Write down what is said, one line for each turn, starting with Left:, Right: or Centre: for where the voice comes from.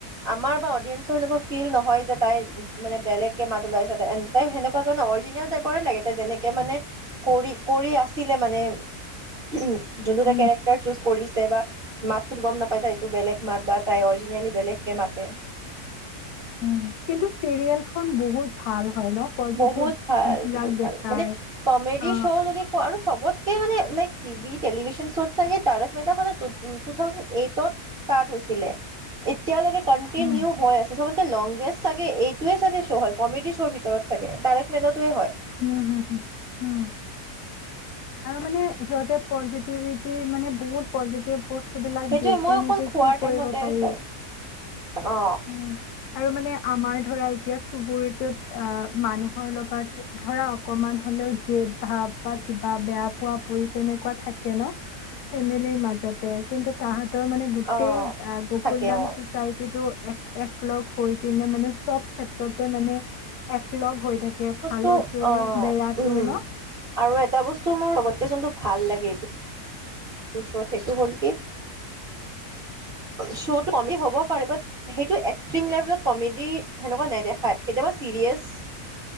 Right: আমাৰ বা অডিয়েঞ্চৰ লগত ফিল্ড নহয় যে তাই মানে বেলেগকে মাত উলিয়াইছে তাই সেনেকুৱা নহয় অৰজিনেল টাইপৰে লাগে তাই যেনেকে কে মানে কৰি কৰি আছিলে মানে, উম যোনটো তাইৰ
Left: উম
Right: কেৰেক্টাৰ চুজ কৰিছে বা মাতটোত গম নাপাই তাই বেলেগ মাত বা তাই অৰজিনেলি বেলেগকে মাতে।
Left: উম, কিন্তু চিৰিয়েল খন বহুত ভাল হয় ন। পজিটিভ
Right: বহুত ভাল
Left: বিলাক
Right: বহুত ভাল,
Left: দেখায়
Right: মানে কমেডী
Left: অ
Right: শ্ব' যদি কৰা চবতকে মানে লাইক, টিভি টেলিভিচন শ্ব'ত চাগে তাৰেক মেহতা খনে টু থাউজেণ্ড এইটত ষ্টাৰ্ট হৈছিলে। এতিয়ালৈকে কণ্টিনিউ
Left: উম
Right: হৈ আছে চবতকে লংগেষ্ট চাগে এইটোয়ে চাগে শ্ব' হয় কমেডী শ্ব'ৰ ভিতৰত ভিতৰত চাগে তাৰক মেহতা টোৱে হয়।
Left: উম হুম হুম, উম, আৰু মানে যদি পজিটিভিটি মানে বহুত পজিটিভ বস্তু বিলাক
Right: সেইটোৱে
Left: দিয়ে
Right: মই
Left: কেনেকে
Right: অকল খোৱাৰ
Left: কি
Right: টাইমতে
Left: কৰিব পাৰি।
Right: চাওঁ
Left: <inaudible>
Right: অ
Left: উম আৰু মানে আমাৰ ধৰা এতিয়া চুবুৰিটোত আ মানুহৰ লগত ধৰা অকমান হলেও জেদ ভাৱ বা কিবা বেয়া পোৱা পোৱি তেনেকুৱা থাকে ন ফেমিলি মাজত। তে কিন্তু তাহাঁতৰ মানে গোটেই
Right: অ
Left: আঁহ' গকুল
Right: থাকে
Left: দাম
Right: অ
Left: চচাইটিতো এ'- একলগ হৈ কিনে মানে চব ক্ষেত্ৰতে মানে একলগ হৈ থাকে। ভালতো
Right: তো অঁ',
Left: বেয়াটো
Right: উমঁ,
Left: ন
Right: আৰু এটা বস্তু মোৰ চবতকে যোনটো ভাল লাগে এইটো- দুচত সেইটো হ'ল কি- শ্ব'টো কমি হ'বও পাৰে বাট- সেইটো এক্সট্ৰিম লেভেলত কমেডি সেনেকুৱা নেদেখায় কেতিয়াবা চিৰিয়াছ -